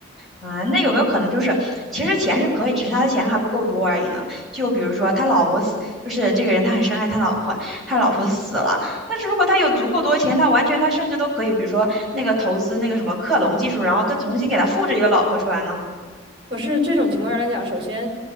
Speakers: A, in the centre; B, on the right.
A: 啊，那有没有可能就是，其实钱是可以，只是他的钱还不够多而已呢？就比如说他老婆死，就是这个人他很深爱他老婆，他老婆死了，但是如果他有足够多钱，他完全他甚至都可以，比如说那个投资那个什么克隆技术，然后再重新给他复制一个老婆出来呢？
B: 可是这种情况来讲，首先